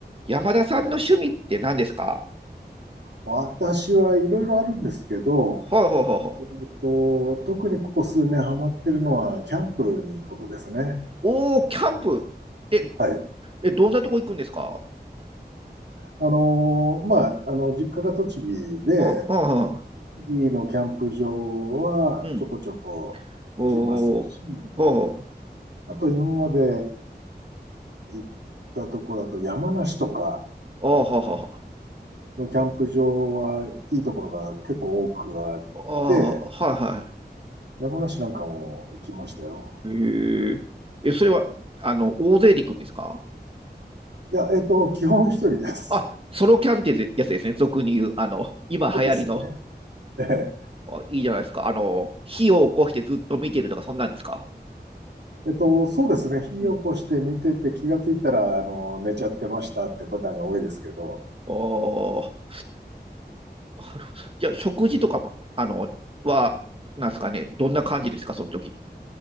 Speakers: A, on the right (about 30°); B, on the right (about 80°).
A: 山田さんの趣味って何ですか
B: 私はいろいろあるんですけど、
A: はいはいはいはい。
B: えっと、特にここ数年ハマってるのは、キャンプに行くことですね。
A: おー、キャンプ。え、
B: はい。
A: え、どんなとこ行くんですか
B: あのーまあ、あの、実家が栃木で、
A: うんうんうん。
B: 栃木のキャンプ場はちょこちょこ行きますし、
A: うん。おー、は
B: あと今まで行ったとこだと山梨とか
A: あ、はあ、ははは
B: のキャンプ場はいいところが結構多くあって、
A: あ、ーはいは
B: 山梨なんかも行きましたよ。
A: い。へえ。え、それは、あの、大勢で行くんですか
B: いや、えっと、基本一人です。
A: あ、ソロキャンってやつですね。俗に言う、あの、今流行りの、
B: そうです。ええ
A: あいいじゃないですか。あの、火を起こしてずっと見てるとか、そんなんですか
B: えっと、そうですね。火を起こして見てて気がついたら、
A: うん
B: あの、寝ちゃってましたってパターンが多いですけど、
A: うん。あーなるほどじゃあ <laughs>、食事とかも、あの、は、なんですかね、どんな感じですか、その時の。